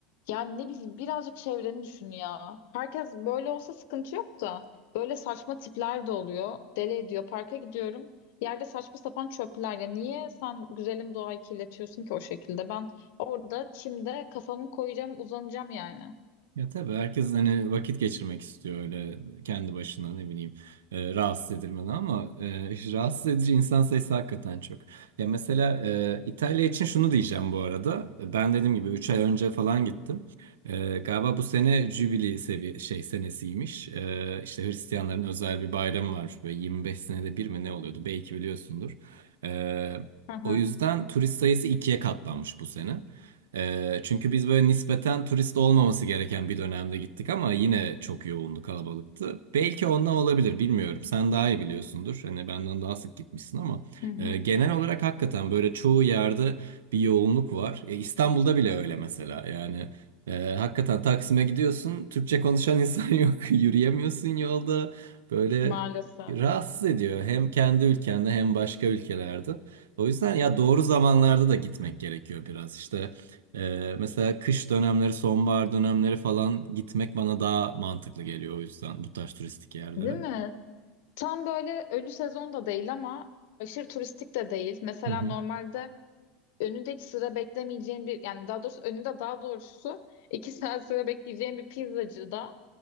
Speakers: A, on the left; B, on the right.
A: yani ne bileyim birazcık çevreni düşün ya. Herkes böyle olsa sıkıntı yok da böyle saçma tipler de oluyor. Deli ediyor. Parka gidiyorum. Yerde saçma sapan çöpler. Ya niye sen güzelim doğayı kirletiyorsun ki o şekilde? Ben orada çimde kafamı koyacağım, uzanacağım yani.
B: Ya tabii herkes hani vakit geçirmek istiyor öyle kendi başına ne bileyim e, rahatsız edilmeden ama e, <laughs> işte rahatsız edici insan sayısı hakikaten çok. Ya mesela e, İtalya için şunu diyeceğim bu arada. Ben dediğim gibi 3 ay önce falan gittim. E, galiba bu sene Jübili seviye şey senesiymiş. E, işte Hristiyanların özel bir bayramı var böyle 25 senede bir mi ne oluyordu belki biliyorsundur. E,
A: Hı hı.
B: o yüzden turist sayısı ikiye katlanmış bu sene. Ee, çünkü biz böyle nispeten turist olmaması gereken bir dönemde gittik ama yine çok yoğundu, kalabalıktı. Belki ondan olabilir, bilmiyorum. Sen daha iyi biliyorsundur. Hani benden daha sık gitmişsin ama
A: Hı hı.
B: e, genel olarak hakikaten böyle çoğu yerde bir yoğunluk var. E, İstanbul'da bile öyle mesela. Yani e, hakikaten Taksim'e gidiyorsun, Türkçe konuşan insan <laughs> yok, yürüyemiyorsun yolda. Böyle
A: Maalesef.
B: rahatsız ediyor hem kendi ülkende hem başka ülkelerde. O yüzden ya doğru zamanlarda da gitmek gerekiyor biraz işte. Ee, mesela kış dönemleri, sonbahar dönemleri falan gitmek bana daha mantıklı geliyor o yüzden bu tarz turistik yerlere.
A: Değil mi? Tam böyle ölü sezon da değil ama aşırı turistik de değil. Mesela
B: Hı hı,
A: normalde önünde hiç sıra beklemeyeceğin bir yani daha doğrusu önünde daha doğrusu iki saat sıra bekleyeceğin bir pizzacıda